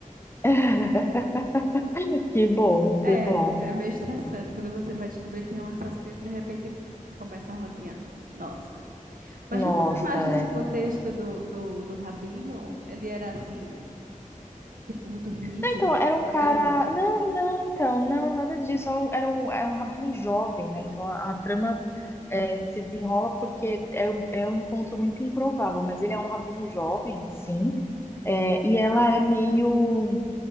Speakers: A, on the left (about 15°); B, on the right (about 90°).
A: <laughs> Que bom,
B: É,
A: que bom.
B: é meio estressante quando você vai descobrir quem é um assassino e de repente começa a rodinha. Nossa. Mas
A: Nossa,
B: me conta mais desse
A: é.
B: contexto do, do, do Rabino. Ele era assim, tipo, muito rígido,
A: Não, então, era
B: fiel.
A: um cara.
B: a-
A: Não, não, então, não, nada disso. Era um, era um, é um rabino jovem, né? Então a, a trama é, se desenrola porque é um, é um encontro muito improvável, mas ele é um rabino jovem, assim. é, e ela é meio